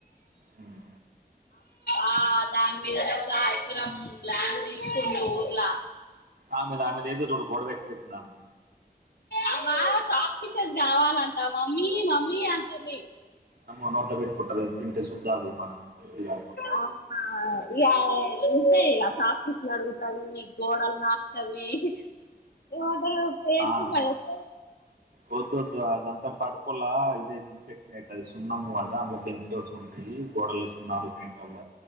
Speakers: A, on the right; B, on the left.
A: ఉమ్.
B: ఆ దాని మీదనే ఎకరం ల్యాండ్ తీసుకుండ ఊర్లా
A: ఆమెది ఆమెద ఏదో చూడు గొడవ ఎక్కువైతుంది ఆమెది
B: అమా చాక్ ఫీసెస్ కావాలంటా మమ్మీ మమ్మీ అంటుంది
A: అమ్ నోట్ల పెట్ కొట్టద తింటే శుద్దాది మన మంచిది కాదు
B: అవునా ఎ చట్ అడుగుతంది గోడలు నాకుతాంది ఎ పే
A: ఆ,
B: భస్
A: వద్దు వద్దు అదంతా కడుకోల్ ఇద ఇ ఇన్ఫెక్ట్ ట్ది సున్నము అదా అందులో కెమికల్స్ ఉన్నయి గోడలు సున్నాలు పెయింట్ వల్ల